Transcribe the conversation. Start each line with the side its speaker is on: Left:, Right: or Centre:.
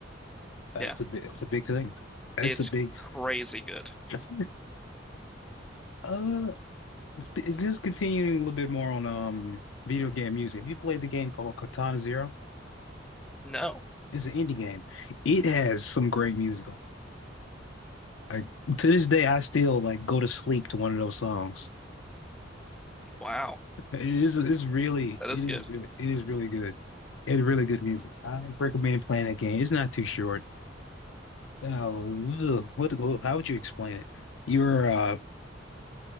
Left: that's
Centre: Yeah,
Left: a big, it's a big thing. That's
Centre: it's
Left: a big.
Centre: crazy good.
Left: <laughs> Uh, it's just continuing a little bit more on um video game music. Have you played the game called Katana Zero?
Centre: No,
Left: It's an indie game. It has some great music. on Like to this day, I still like go to sleep to one of those songs.
Centre: wow,
Left: It is it's really
Centre: that
Left: it
Centre: is
Left: is
Centre: good.
Left: really it is really good. It's really good music. I recommend playing that game. It's not too short. Oh, ugh, what what- how would you explain it? You're uh